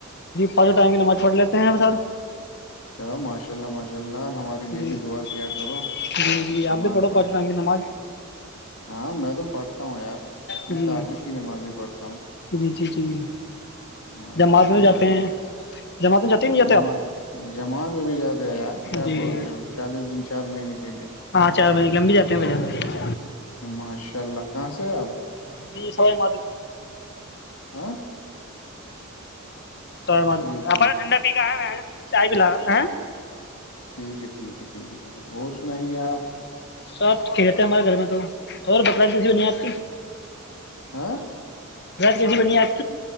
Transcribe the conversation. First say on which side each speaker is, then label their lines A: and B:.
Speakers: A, on the left; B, on the left.
A: پ ٹائیںگے نماز پڑھ لیتے ہیں ا سر
B: چلو ماشاء اللہ ماشاء اللہ ہمارے لیے
A: جی
B: بھی دعا کیا کرو
A: جی جی
B: نماز
A: آپ بھی پڑھو
B: پڑھ
A: پانچوں ٹائم کی نماز
B: ہاں میں تو پڑھتا ہوں یار میں
A: جی
B: تاجر کی نماز بھی پڑھتا ہوں
A: جی جی جی
B: ہاں
A: جماعت
B: اچھی
A: میں جاتے
B: بات
A: ہیں
B: ہے
A: جماعت میں جاتے ہیں نہیں جاتے
B: جم
A: آپ
B: جماعت میں بھی جاتے ہے یار کیا
A: جی
B: بولتے ہو چالیس دن چار مہینے کے لیے
A: چارج لمبیاتا کنے بجے
B: ماشاء اللہ کہاں سے ہیں آپ
A: ج سب مات پور سے
B: ہاں
A: س م
B: ٹھیک
A: پ
B: ٹھیک
A: آپ نے ٹنڈا پھا ہے چاہ پلا ہاں
B: ٹھیک ہے ٹھیک ہے ٹھیک ہے ٹھیک ہے اور سنائیے آپ
A: سب کھیلتے ہمارے گھر میں تو اور بکر جیسی نہیں آتی
B: ہاں
A: ک بنی آپ